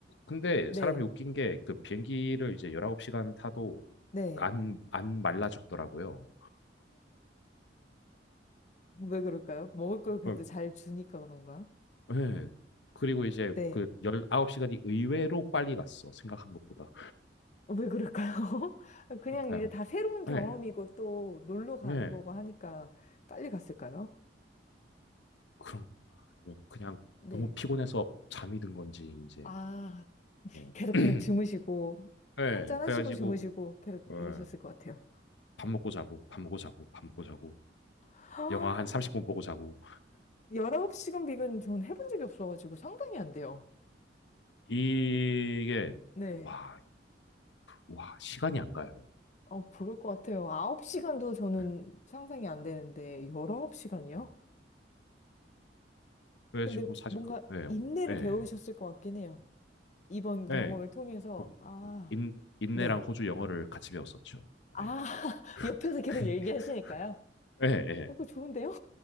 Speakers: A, on the left; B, on the left.
A: 근데
B: 네,
A: 사람이 웃긴 게 그 비행기를 이제 19시간 타도
B: 네.
A: 안, 안 말라 죽더라고요.
B: 왜 그럴까요? 먹을 걸 그래도
A: 어,
B: 잘 주니까 그런가요?
A: 예. 그리고 이제
B: 네.
A: 그 19시간이 의외로 빨리 갔어. 생각한 것보다.
B: 왜 그럴까요? <laughs> 그냥
A: 그러니까요.
B: 이제 다 새로운 경험이고
A: 예.
B: 또 놀러 가는
A: 예.
B: 거고 하니까 빨리 갔을까요?
A: 그런 건가? 아니면 그냥
B: 네.
A: 너무 피곤해서 잠이 든 건지 이제
B: 아,
A: 그냥
B: 계속
A: <clears throat>
B: 그냥 주무시고
A: 네,
B: 한 잔하시고
A: 그래가지고
B: 주무시고 계속
A: 어,
B: 이러셨을 것 같아요.
A: 밥 먹고 자고 밥 먹고 자고 밥 먹고 자고
B: <laughs>
A: 영화 한 30분 보고 자고
B: 19시간 비근 저는 해본 적이 없어가지고 상상이 안 돼요.
A: 이게
B: 네.
A: 와, 와 시간이 안 가요.
B: 어, 부를 것 같아요. 9시간도 저는
A: 네,
B: 상상이 안 되는데 19시간이요?
A: 네. 그래가지고
B: 근데
A: 사실
B: 뭔가
A: 그 예.
B: 인내를
A: 예.
B: 배우셨을 것 같긴 해요. 이번 경험을
A: 예.
B: 통해서
A: 그
B: 아,
A: 인, 인내랑
B: 네.
A: 호주 영어를 같이 배웠었죠.
B: 아,
A: 예.
B: <laughs> 옆에서 계속
A: <laughs>
B: 얘기하시니까요.
A: 예. 예.
B: 어, 그거 좋은데요?